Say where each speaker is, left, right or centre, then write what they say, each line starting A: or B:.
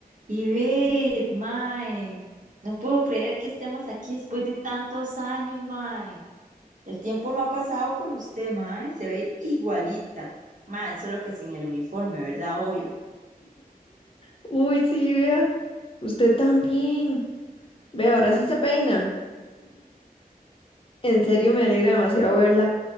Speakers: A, on the right; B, on the left.
A: Y ve, mae, no puedo creer que estemos aquí después de tantos años, mae. El tiempo no ha pasado por usted, mae, se ve igualita. Mae, solo que sin el uniforme, ¿verdad? Obvio.
B: Uy, sí, vea. Usted también. Vea, ahora sí se peina. En serio, me alegra demasiado verla.